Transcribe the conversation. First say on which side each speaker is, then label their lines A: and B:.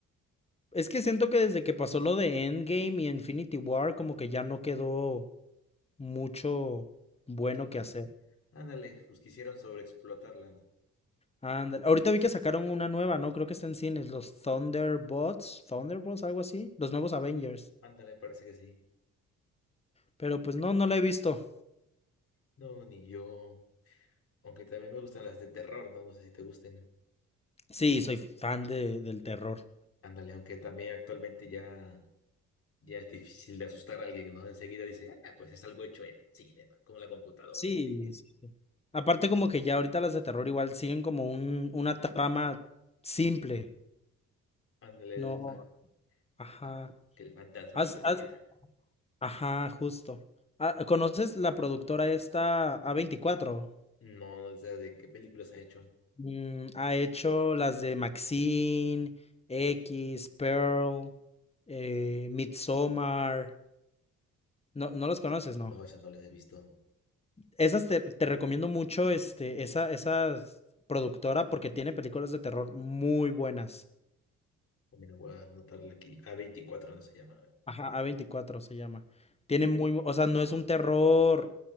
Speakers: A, on the left; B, on the left.
A: Es que siento que desde que pasó lo de Endgame y Infinity War, como que ya no quedó mucho bueno
B: mucho.
A: que hacer.
B: Ándale, pues quisieron sobreexplotarla.
A: Ándale. Ahorita vi que sacaron una nueva, ¿no? Creo que está en cines, los Thunderbots, Thunderbots, algo así, los nuevos Avengers.
B: Ándale, parece que sí.
A: Pero pues no, no la he visto.
B: No, ni yo. Aunque también me gustan las de terror, ¿no? No sé si te gusten.
A: Sí, soy fan de, del terror.
B: Ándale, aunque también actualmente ya. Ya es difícil de asustar a alguien, ¿no? Enseguida dice, ah, pues es algo hecho en cine, ¿no? Como la computadora,
A: Sí,
B: sí.
A: sí, sí. Aparte como que ya ahorita las de terror igual siguen como un, una trama simple,
B: Ándale,
A: ¿no?
B: el fa-
A: Ajá.
B: el fa- que el fantasmita
A: Haz- haz-
B: y ya.
A: ajá, justo. Ah, ¿Conoces la productora esta a veinticuatro.
B: No, o sea, ¿de qué películas ha hecho?
A: Mm, ha hecho las de Maxine, X, Pearl, eh, Midsommar. No, no los conoces, ¿no?
B: No, esas no las he visto.
A: Esas te, te recomiendo mucho este, esa, esa productora porque tiene películas de terror muy buenas.
B: Mira, voy a anotarla aquí. a veinticuatro no se llama.
A: Ajá, a veinticuatro se llama. Tiene muy, o sea, no es un terror,